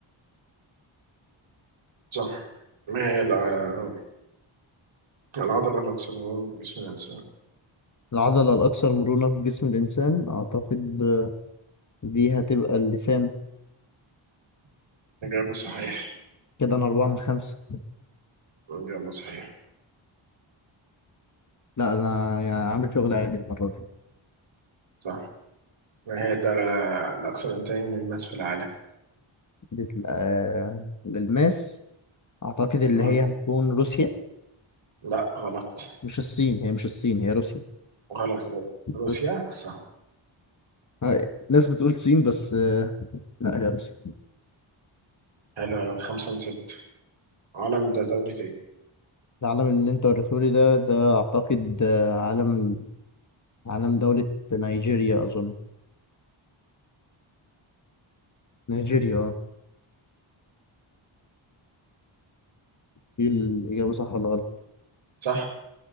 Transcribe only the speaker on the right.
صح ما هي الع- العضلة الأكثر مرونة في جسم الإنسان؟
إجابة صحيحة
إجابة صحيحة
صح ما هي الدولة الأكثر إنتاجا للماس في العالم؟
مم.
لا غلط
غلط غلط روسيا
صح
حلو أوي. خمسة من ستة العالم ده دولة ايه؟
صح